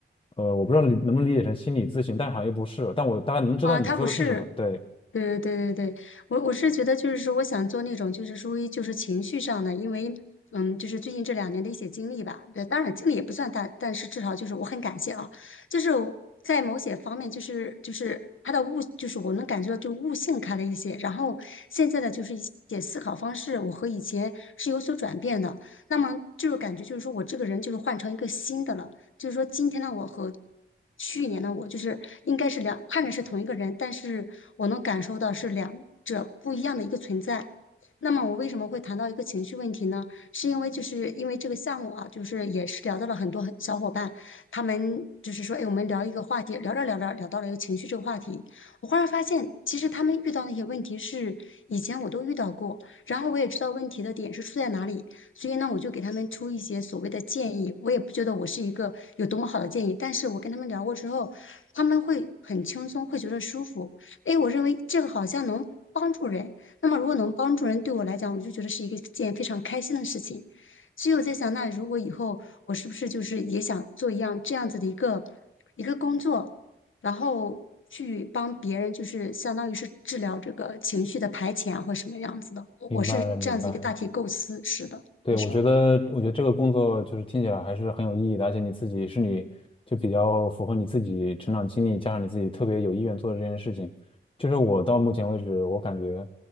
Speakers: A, on the left; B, on the left.
A: 呃，我不知道你能不能理解成心理咨询，但好像又不是，但我大概能知道你说的是什么。
B: 啊，他不是，
A: 对，
B: 对对对对对，我我是觉得就是说，我想做那种就是属于就是情绪上的，因为嗯，就是最近这两年的一些经历吧，对，当然经历也不算大，但是至少就是我很感谢啊，就是在某些方面就是就是他的悟，就是我能感觉到就悟性开了一些，然后现在的就是一些思考方式，我和以前是有所转变的，那么就是感觉就是说我这个人就是换成一个新的了。就是说今天的我和去年的我，就是应该是两，看着是同一个人，但是我能感受到是两者不一样的一个存在。那么我为什么会谈到一个情绪问题呢？是因为就是因为这个项目啊，就是也是聊到了很多很小伙伴，他们就是说，哎，我们聊一个话题，聊着聊着聊到了一个情绪这个话题，我忽然发现，其实他们遇到那些问题是以前我都遇到过，然后我也知道问题的点是出在哪里，所以呢，我就给他们出一些所谓的建议。我也不觉得我是一个有多么好的建议，但是我跟他们聊过之后，他们会很轻松，会觉得舒服。诶，我认为这个好像能帮助人。那么如果能帮助人，对我来讲，我就觉得是一个件非常开心的事情。所以我在想，那如果以后我是不是就是也想做一样这样子的一个一个工作，然后去帮别人，就是相当于是治疗这个情绪的排遣啊或什么样子的。我我是这样子一个大体构思，
A: 明白了，明白。
B: 是的。
A: 对，
B: 你说，
A: 我觉得，我觉得这个工作就是听起来还是很有意义的，而且你自己是你就比较符合你自己成长经历，加上你自己特别有意愿做的这件事情。就是我到目前为止，我感觉，